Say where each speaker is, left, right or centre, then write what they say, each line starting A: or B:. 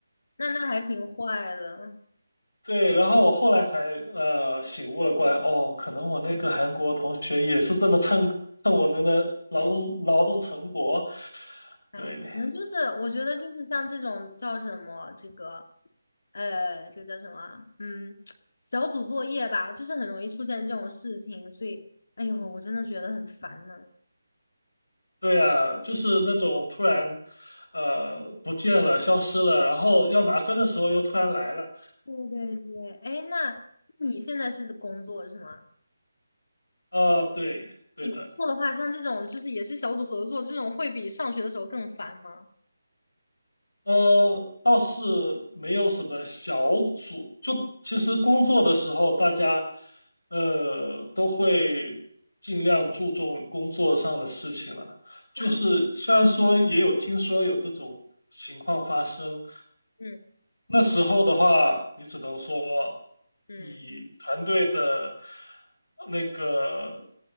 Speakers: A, on the left; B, on the left.
A: 那那还挺坏的。
B: 对，然后我后来才呃醒悟了过来，哦，可能我那个韩国同学也是这么蹭蹭我们的劳动劳动成果，
A: 对，哎，
B: 对
A: 可能就是我觉得就是像这种叫什么这个，呃，这个叫什么啊嗯，小组作业吧，就是很容易出现这种事情，所以，哎呦，我真的觉得很烦呢。
B: 对啊，就是那种突然呃不见了、消失了，然后要拿分的时候又突然来了，
A: 对对对，哎，那你现在是工作是吗？
B: 呃，对对的。
A: 你工作的话，像这种就是也是小组合作这种，会比上学的时候更烦吗？
B: 呃，倒是没有什么小组，就其实工作的时候，大家呃都会尽量注重工作上的事情了。就是虽然说也有听说有这种情况发生，
A: <laughs> 啊，嗯
B: 那时候的话，你只能说
A: 嗯，
B: 以团队的那个